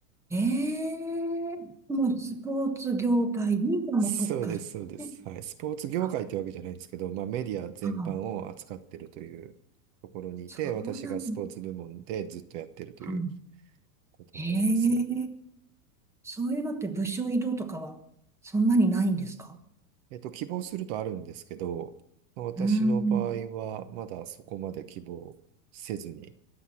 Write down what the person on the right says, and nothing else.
そうです、そうです。はい。スポーツ業界ってわけじゃないんですけど、
まあメディア全般を扱ってるというところにいて、
私がスポーツ部門でずっとやってるという
ことになります。
えっと、希望するとあるんですけど、まあ私の場合はまだそこまで希望せずに